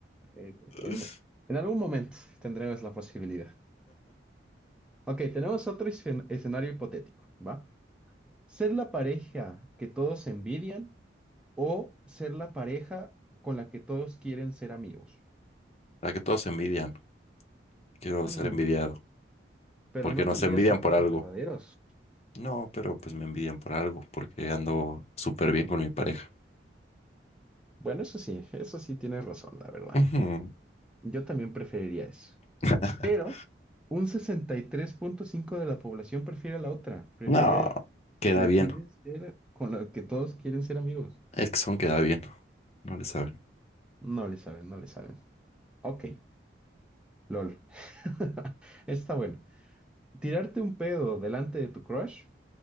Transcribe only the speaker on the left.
<laughs>
Para que todos se envidian. Quiero
ser envidiado.
Porque
nos
envidian
por algo.
No, pero pues me envidian por algo, porque ando súper bien con mi pareja.
Ujú.
<laughs>
No, queda
bien.
Es que son queda bien. No le saben.